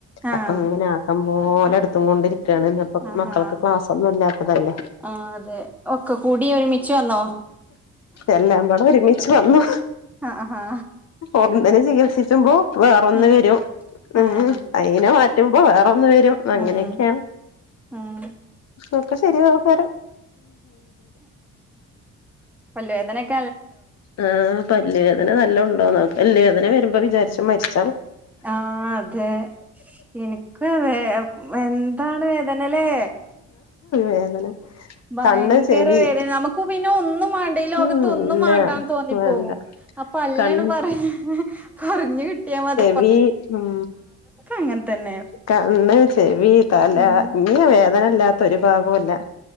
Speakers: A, in the centre; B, on the left.
A: ആഹ്
B: അപ്പ അങ്ങനെ ആക്ക പോലെടുത്തും കൊണ്ടിരിക്ക കുാണ് ഇന്നപ്പോ
A: ആഹാ
B: മക്കൾക്ക് ക്ലാസ്സ ഒന്നും ഇല്ലാത്തതല്ലേ
A: ആഹ് അതെ ഒക്കെ കൂടി ഒരുമിച്ച് വന്നോ
B: എല്ലാം പടെ ഒരുമിച്ച് വന്നു
A: ആഹാ
B: ഒന്നിനെ ചികിത്സിച്ച ോ വേറെൊന്ന്
A: ഉം
B: വരും ഉ
A: ആഹ്
B: അയിനെ മാറ്റുമ്പോ വേറെൊന്ന് വരും അങ്ങനെയൊക്കെയാണ്
A: ഉം ഉം
B: ഇൊക്കെ ശരി നോക്കാര
A: വല്ലോ എതനക്ക
B: ആഹ പല്ലി വ അതിനെ നല്ലണ്ടോ അല്ലേ അെ വരുമ്പോ വിചാരിച്ച മരിച്ചു
A: ആഹ അതെ എനക്ക് അതേ എന്താണ് വേദനല്ലേ
B: വേദന
A: ഭയങ്കര
B: കണ്ണ് ചെവി
A: വേദന നമുക്ക് പിന്നെ ഒന്നും വേണ്ട ഈ ലോകത്ത്
B: ഉം
A: ഒന്നും
B: ഇല്ല
A: വേണ്ടാന്ന് തോന്നിപ്പോകും
B: വേണ്ട
A: അപ്പൊ അല്ലണ്
B: കൺ
A: പറയാ പറഞ്ഞു കിട്ടിയാ മത
B: വി ഉം
A: അങ്ങനെ തന്നെ
B: കണ്ണ്‌, ചെവി തലങ്ങുവേ
A: ഉം
B: വേദനല്ലാത്ത ഒരു ഭാഗോല്ല.